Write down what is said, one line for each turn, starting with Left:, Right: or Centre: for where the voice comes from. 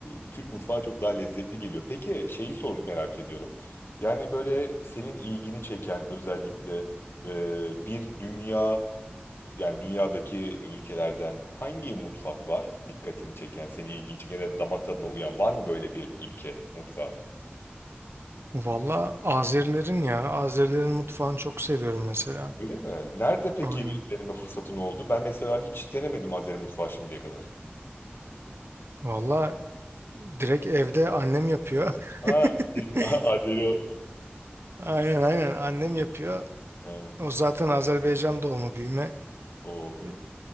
Left: e, Türk mutfağı çok daha lezzetli geliyor. Peki şeyi sor merak ediyorum. Yani böyle senin ilgini çeken özellikle e, bir dünya yani dünyadaki ülkelerden hangi mutfak var dikkatini çeken, seni ilgini çeken ya da damak tadına uyan var mı böyle bir ülke mutfağı?
Right: Valla Azerilerin ya Azerilerin mutfağını çok seviyorum mesela.
Left: Öyle mi? Nerede peki
Right: Aynen.
Left: deneme fırsatın oldu? Ben mesela hiç denemedim Azeri mutfağı şimdiye kadar.
Right: Valla direkt evde annem yapıyor.
Left: Ha, siz
Right: <laughs>
Left: <laughs> Azeri...
Right: Aynen aynen annem yapıyor.
Left: He,
Right: O zaten Azerbaycan doğumu büyüme.
Left: o.
Right: E,